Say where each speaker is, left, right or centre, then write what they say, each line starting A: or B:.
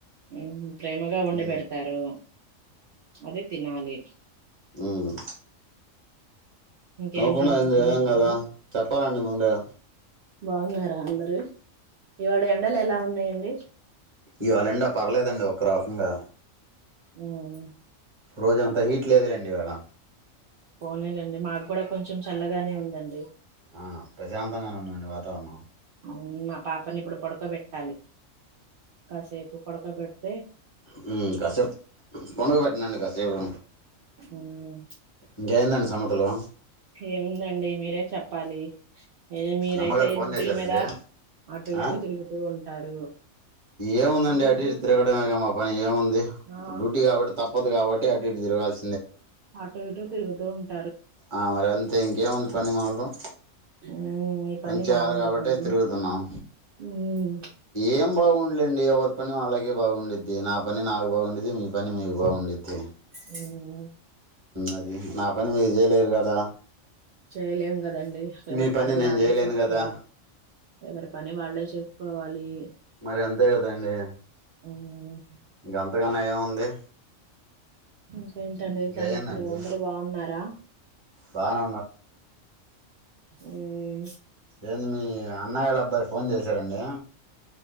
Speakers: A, on the right; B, on the right.
A: ఉమ్ ప్రేమగా ఒండి
B: ఉమ్
A: పెడతారు అదే తినాలి
B: హ్మ్
A: ఇంకేంటండి
B: తూకుండా ఏంది
A: సంగతులు
B: ఏంకాదా చెప్పాలండి ముందే
A: బాగున్నారా అందరూ ఇవాళ ఎండలు ఎలా ఉన్నాయి అండి
B: ఇవాళ ఎండ పర్లేదండి ఒక్క రకంగా
A: ఉమ్
B: రోజంత హీట్ లేదులేండి ఇవాళ
A: పోనీలేండి మాక్ కూడా కొంచెం చల్లగానే ఉందండి
B: ఆ ప్రశాంతంగానే ఉండండి వాతావరణం
A: హ్మ్ మా పాపని ఇప్పుడు పడుకోబెట్ టాలీ కాసేపు పడుకో పెట్
B: హ్మ్ కసేపు పనుగో పెట్టనండి కాసేపు
A: మ్
B: ఇంకేందండి సంగ హలో
A: ఏముందండి మీరే చెప్పాలి నే మీరైతే
B: అమ్మగారు ఫోన్
A: డ్యూటీల
B: చేశారండి
A: మీద అటు
B: ఆ
A: ఇటు తిరుగుతూ ఉంటారు
B: ఏముందండి
A: మీరు
B: అటు
A: డ్యూటీ
B: ఇటు తిరగడమే గా మా పని ఏముంది
A: ఆ
B: డూటీ కాబట్టి తప్పదు కాబట్టి అటు ఇటు తిరగాల్సింద్
A: ఆటో ఇటో తిరుగుతోంట
B: ఆ మరి ఎంత్ ఇంకేముందీ పని మాకు
A: మ్ మీ
B: పని చేయాలి
A: బాగుండిద్దండి
B: కాబట్టి తిరుగుతున్నాం
A: మ్
B: ఏం బాగుండలేండి ఎవరు పని వాళ్ళకి బాగుండిద్ది నా పని నాకు బాగుండిద్ది మీ పని మీకు బాగుండిద్ది
A: అ
B: అది నా పని మీరు చేయలేరు కదా
A: చేయలేము కదండి ఎవరి
B: మీ
A: పని
B: నేను
A: వాల్లే
B: చేయలేను
A: చేసుకోవాలి
B: కదా
A: ఎవరి పని వాల్లే చేసుకో కోవాలి
B: మరి అంతే కదండి
A: హ్మ్
B: ఇంకంతకన్నా ఏముంది
A: ఇంకేంటండి
B: ఇంక
A: సంగతులు
B: ఏందండి
A: అందరూ బాగున్నారా
B: బాగానే
A: మ్
B: ఏ మీ అన్నయ వాళ్ళ అబ్బాయి ఫోన్ చేశారండి